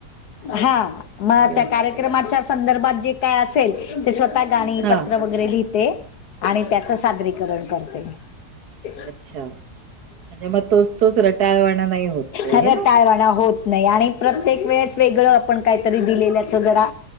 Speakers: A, on the left; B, on the right.
A: हां मंग
B: अरे
A: त्यां
B: वाह!
A: कार्यक्रमांच्या संदर्भात जे कायं असं असं ते स्वंतः गाणी
B: हां.
A: पत्रं वगैरें लिहितं आणि त्याचं सादरीकरणं करते क
B: अच्छा. म्हणजे मग तोच तोच रटाळवाणा नाही होत ते
A: अरं
B: आहे ना?
A: टायंवाणां होतं नाहीं आणि प्रत्येक वेळेसं वेगळं आपणं कांहींतरी दिलेलंच जरां